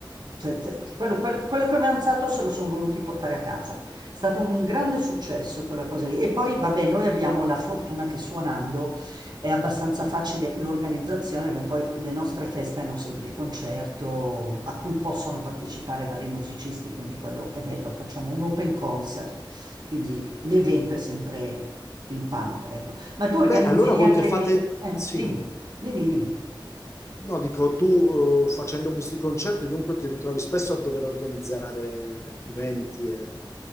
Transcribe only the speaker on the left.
Beh, allora
voi
che fate?
Sì.
No, dico, tu eh, facendo questi concerti dunque ti ritrovi spesso a dover organizzare eventi e...